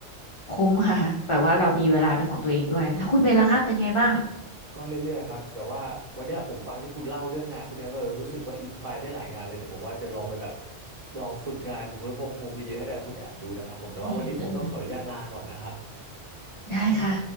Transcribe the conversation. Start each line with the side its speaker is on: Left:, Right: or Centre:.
Left: คุ้มค่ะแบบว่าเรามีเวลาเป็นของตัวเองด้วย แล้วคุณเบนล่ะคะเป็นไงบ้าง
Right: อืม ก็เรื่อยๆครับแต่ว่าวันเนี้ยผมฟังที่คุณเล่าเรื่องงานพวกเนี้ยก็เออรู้สึกว่าอินสปายได้หลายงานเลยเดี๋ยวผมว่าจะลองไปแบบลองฝึกงาน work from home เยอะๆให้ได้กับคุณแอมดูนะครับผมแต่ว่าวันนี้ผมต้องขออนุญาตลาก่อนนะครับ
Left: อืมอืมได้ค่ะ